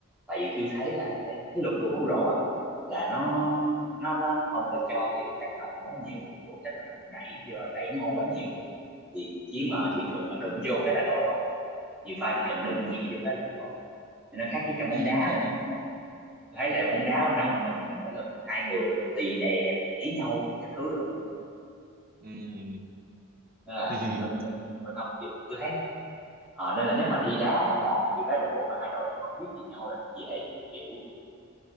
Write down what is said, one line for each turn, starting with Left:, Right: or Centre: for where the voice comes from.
Centre: tại vì tôi thấy là tại vì cái luật của bóng rổ á là nó nó nó nó không có cho kiểu tác động quá nhiều cũng tác động đẩy vô đẩy nhau quá nhiều thì chỉ
Right: ừ
Centre: mà chỉ cần mà đụng vô cái là lỗi rồi nhiều pha chỉ cần đụng nhẹ vô cái là lỗi rồi thì nó khác với trong bóng
Right: ừ
Centre: đá
Right: ừ
Centre: bên ông đúng không tôi thấy là bóng đá bên ông là gì mỗi lần hai người tì đè rồi đẩy nhau rồi cái thứ rồi mà đúng
Right: ừ
Centre: nên là
Right: <laughs> ừ
Centre: bên bên bên, bên ông chịu tôi thấy nó Ờ, nên là nếu mà đi đá mà đá kiểu đá độ mà hai đội không quen biết gì nhau là rất dễ kiểu